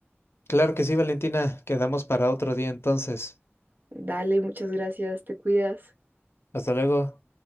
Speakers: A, on the left (about 65°); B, on the right (about 45°).
A: Claro que sí, Valentina. Quedamos para otro día entonces.
B: Dale, muchas gracias, te cuidas.
A: Hasta luego.